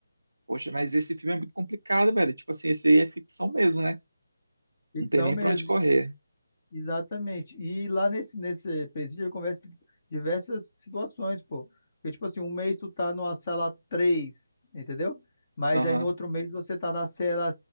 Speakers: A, on the right; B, on the left.
A: Poxa, mas esse filme é muito complicado, velho. Tipo assim, esse aí é ficção mesmo, né?
B: Ficção
A: Não tem nem
B: mesmo.
A: pra onde correr.
B: Exatamente. E lá nesse, nesse presídio, eu converso diversas situações, pô. Porque, tipo assim, um mês tu tá numa cela três entendeu? Mas
A: Aham.
B: aí no outro mês você tá na cela